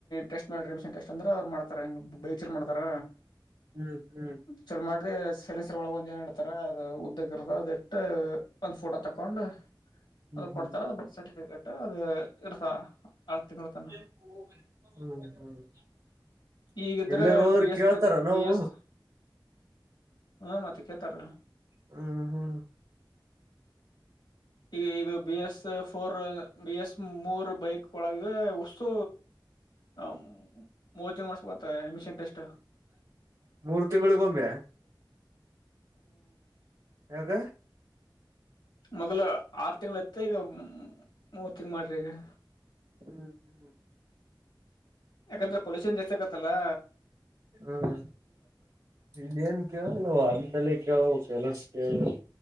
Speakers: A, on the left; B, on the right.
A: ಟೆಸ್ಟ್ ಮಾಡ್ರಿ ಎಮಿಷನ್ ಟೆಸ್ಟ್ ಅಂದ್ರೆ ಅವ್ ಮಾಡ. ಬೈ ಚಲ ಮಾಡ್ತಾರ
B: ಹ್ಮ್ ಹ್ಮ್
A: ಚಲ ಮಾಡ. ಅದೇ ಸೈಲೆಂಸರ್ ಒಳಗೆ ಒಂದು ಏನ್ ಇಡ್ತಾರೆ ಅದ ಉದ್ದಕ್ಕ ಇರತದ ಅದಿಟ್ಟ. ಒಂದು ಫೋಟೋ ತಕೊಂಡು ಅದು
B: ಹ್ಮ್ ಹ್ಮ್
A: ಕೊಡ್ತಾರ ಬರ್ತ್ ಸರ್ಟಿಫಿಕೇಟ್ ಅದು ಇರ್ತ. ಆರ್ ತಿಂಗಳ ತನ
B: ಎನ್ ಪೋ ಹ್ಮ್ ಹ್ಮ್.
A: ಈಗಿದ್ರ
B: ಎಲ್ಲಾರ ಹೋದ್ರ
A: ಬಿ ಎಸ್
B: ಕೇಳ್ತಾರ ನಾವು
A: ಬಿ ಎಸ್. ಹ ಮತ್ತ ಕೇಳ್ತಾರ.
B: ಹ್ಮ ಹ.
A: ಈಗ ಈಗ B S. Four B S ಮೂರು ಬೈಕ್ ಒಳಗ ವಷ್ಟು. ಹ ಮೋತಿಂಗಮಸ್. ಮತ್ತ ಎಮಿಷನ್ ಟೆಸ್ಟ.
B: ಮೂರ್ ತಿಂಗಳಿಗೊಮ್ಮೆ ಯಾಕ.
A: ಮೊದಲ ಆರ ತಿಂಗ್ಳ ಇತ್ತ ಈಗ ಮೂರು ತಿಂಗ್ಳ್ ಮಾಡಿರ ಈಗ.
B: ಹ್ಮ್ ಹ್ಮ್.
A: ಯಾಕಂದ್ರ ಪೊಲ್ಯೂಷನ್ ಜಾಸ್ತಿ ಆಕತ್ತಲ್ಲಾ.
B: ಹ್ಮ್ ಇಲೆನ್ ಕೇಳಲ್ಲ ಅಂತಲೆ ಕೇಳ ಬೇಕ್ ಕೆಲಸ ಕೇಳ ಬೇಕ್.